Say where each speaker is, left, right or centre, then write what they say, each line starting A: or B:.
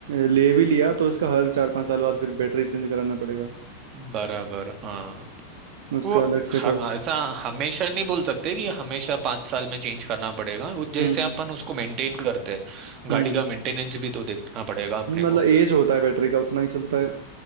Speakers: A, on the right; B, on the right.
A: ले भी लिया तो इसका हर चार पाँच साल बाद फिर बैटरी चेंज कराना पड़ेगा
B: बराबर हाँ
A: उसका
B: वो
A: अलग से
B: हर
A: कॉस्ट
B: ऐसा हमेशा नहीं बोल सकते कि हमेशा पाँच साल में चेंज करना पड़ेगा वो जैसे
A: हम्म
B: अपन उसको मेंटेन करते हैं
A: हम्म
B: गाड़ी का मेंटेनेंस भी तो देखना पड़ेगा अपने
A: मतलब
B: को
A: एज होता है बैटरी का उतना ही चलता है